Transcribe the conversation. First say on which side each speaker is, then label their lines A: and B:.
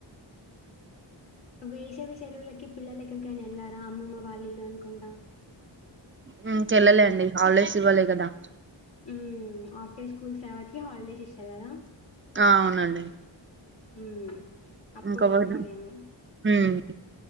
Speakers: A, on the left; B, on the right.
A: వేసవి సెలవులకి పిల్లలు ఎక్కడికైనా వెళ్ళారా అమ్మమ్మ వాళ్ళిలు అనుకుంటా
B: మ్ ఇంక యళ్లలే అండి హాలిడేస్ ఇవ్వాలి కదా
A: ఉ హాఫ్స్కూల్స్ సేవ్ కి హాలిడేస్ శర్దా
B: ఆ అవునండి
A: హు అప్పుడు
B: ఇంకా
A: వెళ్తారేమో
B: ఉమ్